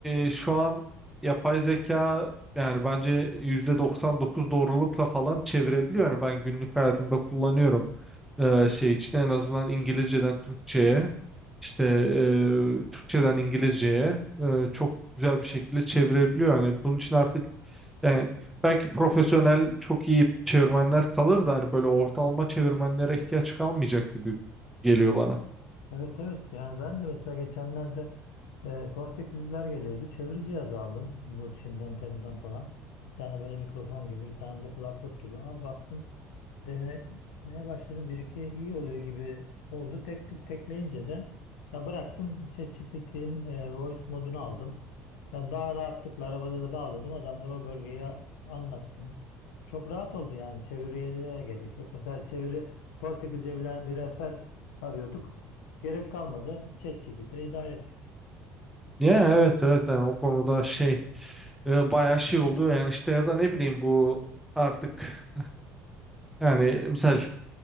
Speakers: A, in the centre; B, on the left.
A: e, şu an yapay zeka yani bence %99 doğrulukla falan çevirebiliyor. Yani ben günlük hayatımda kullanıyorum e, şey için en azından İngilizceden Türkçe'ye işte e, Türkçeden İngilizceye e, çok güzel bir şekilde çevirebiliyor. Yani bunun için artık e, Belki profesyonel çok iyi çevirmenler kalır da hani böyle ortalama çevirmenlere ihtiyaç kalmayacak gibi geliyor bana.
B: Evet evet yani ben de mesela geçenlerde e, Portekizliler geliyordu. Çeviri cihazı aldım bu Çin'den Temu'dan falan. Bir tane böyle mikrofon gibi bir tane de kulaklık gibi. Aa, baktım denemeye başladım. Bir iki iyi oluyor gibi oldu. Tek tük tekleyince de ya bıraktım. ChatGPT'nin e, voice modunu aldım. Yani daha rahatlıkla arabada da bağladım. Adamlara o bölgeyi a- anlattım. Çok rahat oldu yani. Çeviriye de gerek yok. Mesela çeviri Portekizce bilen bir rehber arıyorduk. Gerek kalmadı. ChatGPT ile idare ettik.
A: Ya evet evet yani o konuda şey e, bayağı şey oluyor yani işte ya da ne bileyim bu artık yani misal